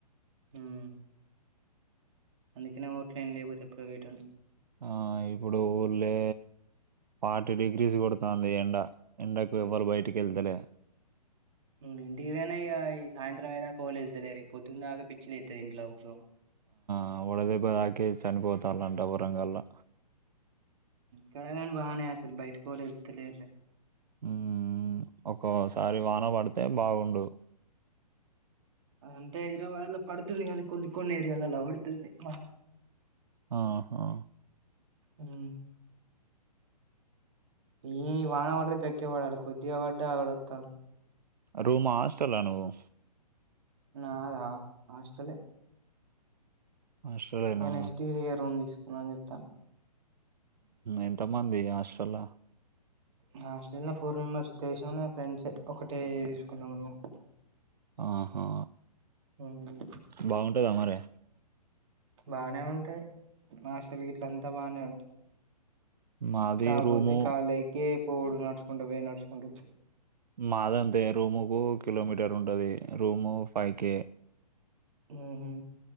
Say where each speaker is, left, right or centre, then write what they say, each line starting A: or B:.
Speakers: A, on the right (about 50°); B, on the right (about 80°).
A: హ్మ్ అందుకనే ఓట్లే ఏం లేకపోతే ఎప్పుడో పోయేటిన్నీ
B: ఆ ఇప్పుడు ఊర్లే ఫార్టీ డిగ్రీస్ కొడతాంది ఎండ ఎండకు ఎవరు బయటికి వెళ్తేలే
A: ఇంగ ఇంటికి పోయిన ఇగ ఈ సాయంత్రం అయ్యేదాకా ఎవరు ఎల్తలేదు ఈ పొద్దున పిచ్చి లేస్తది ఇంట్లో కూచో
B: ఆ వడ దెబ్బ దాకే చనిపోతాలంట ఓరంగల్లా
A: కడగాన్ బాగానే అసలు బయటకి పోలే వెళ్తులేద్లే
B: ఉ ఒక్కోసారి వాన పడితే బాగుండు
A: అంటే ఇలా వాన పడుతుంది కానీ కొన్ని కొన్ని ఏరియాల్లో పడుతుంది వాన
B: ఆహా
A: ఉం ఈ వాన పడితే గట్టిగా పడాలి కొద్దిగా పడ్డ <unintelligible>
B: రూమ్ హాస్టల్ ఆ నువ్వు
A: నాద హాస్టల్ ఏ
B: హాస్టలేనా
A: ఇక నెక్స్ట్ ఇయర్ రూమ్ తీసుకుం నా నతా <inaudible>
B: ఎంతమంది హాస్టల్లో
A: నా హాస్టల్ లో ఫోర్ మెంబర్స్ తెలిసిన ఒళ్ళే ఫ్రెండ్స్ ఒకటే తీసుకున్నామ్ రూమ్
B: ఆహా
A: ఉమ్,
B: బాగుంటదా మరి
A: బానే ఉంటాయి మా హాస్టల్ గీట్ల అంతా బానే ఉంటాది
B: మాది
A: కాకపోతే
B: రూము
A: కలేకీ పోవుడు నడుసుకుంటూ పోయ్ నాడ్స్ ఉండచ్
B: మాదంతే రూము కు కిలోమీటర్ ఉంటది రూము ఫైవ్ కే
A: ఆహా